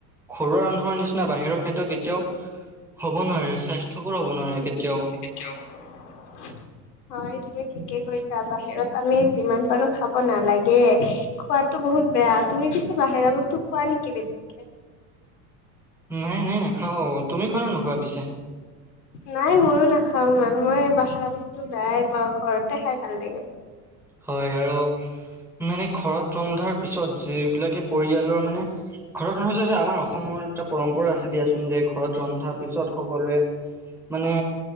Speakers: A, in the centre; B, on the left.
A: ঘৰুৱা ৰান্ধনৰ নিচিনা বাহিৰৰ খাদ্য কেতিয়াও হ'ব নোৱাৰে স্বাস্থ্যকৰ হ'ব নোৱাৰে কেতিয়াও
B: শ <unintelligible> হয় তুমি ঠিকে কৈছা, বাহিৰত আমি যিমান পাৰো খাব নালাগে, খোৱাতো বহুত বেয়া, তুমি পিছে বাহিৰা বস্তু খোৱা নেকি বেছিকে?
A: নাই, নাই, নাখাওঁ তুমি খোৱা নে নোখোৱা পিছে?
B: নাই ময়ো নাখাওঁ ইমান, মই বাহিৰা বস্তু বেয়াই পাওঁ, ঘৰতে খাই ভাল লাগে৷
A: হয়, আৰু মানে ঘৰত ৰন্ধাৰ পিছত যিবিলাকে পৰিয়ালৰ মানে ঘৰত ৰন্ধাটো যে আমাৰ অসমত এটা পৰম্পৰা আছে দিয়াচোন যে ঘৰত ৰন্ধাৰ পিছত সকলোৱে মানে,